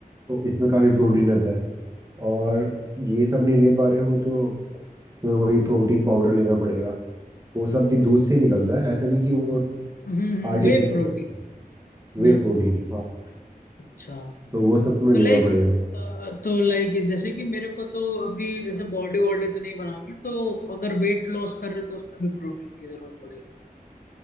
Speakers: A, on the right; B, on the left.
A: तो इसमें काफ़ी प्रोटीन रहता है और ये सब नहीं ले पा रहे हो तो तुम्हें वही प्रोटीन पाउडर लेना पड़ेगा वो सब भी दूध से ही निकलता
B: अच्छा
A: है ऐसा नहीं कि वो
B: हम्म
A: आर्टिफिशियल
B: वे प्रोटीन
A: है,
B: Whey
A: वे प्रोटीन
B: protein
A: हाँ
B: अच्छा
A: तो वो सब तुम्हें
B: तो
A: लेना
B: लाइक
A: पड़ेगा
B: तो लाइक जैसे कि मेरे को तो अभी जैसे बॉडी वॉडी तो नहीं बनानी तो अगर वेट लॉस कर रहे हो तो उसमें भी प्रोटीन की जरूरत पड़ेगी